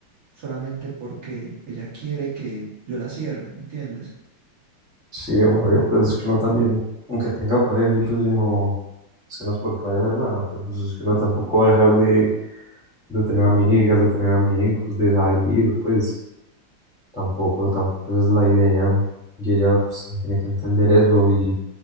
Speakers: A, on the right; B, in the centre.
A: solamente porque ella quiere que yo la cierre, ¿me entiendes?
B: Sí, obvio, pues es que uno también, aunque tenga pareja y pues si no, es que no es porque vaya a hacer nada, pero pues es que uno tampoco va a dejar de, de tener amigas, de tener amigos, de salir, pues tampoco, tampoco esa es la idea. Y ella pues también tiene que entender eso y,